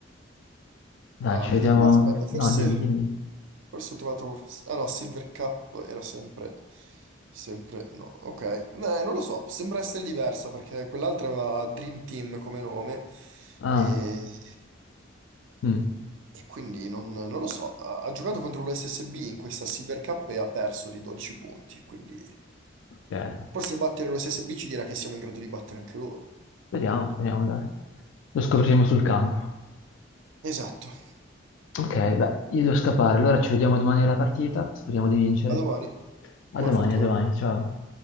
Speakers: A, on the left (about 70°); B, on the right (about 75°).
A: Dai,
B: Ah,
A: ci
B: vedo
A: vediamo.
B: qua, aspetta, forse,
A: No, dimmi, dimmi.
B: forse ho trovato... Ah no, Silver Cup era sempre... Sempre... No, ok. Eh, non lo so, sembra essere diversa perché quell'altra aveva Dream Team come nome
A: Ah,
B: e,
A: mm,
B: e quindi non, non lo so. Ha, ha giocato
A: vabbè,
B: contro l'USSB in questa Silver Cup e ha perso di 12 punti, quindi
A: ok.
B: forse battere l'USSB ci dirà che siamo in grado di battere anche loro.
A: Speriamo, speriamo, dai. Lo scopriremo sul campo.
B: Esatto.
A: Ok, beh, io devo scappare, allora ci vediamo domani alla partita, speriamo di vincere.
B: A domani.
A: A
B: Buona
A: domani,
B: fortuna.
A: a domani, ciao.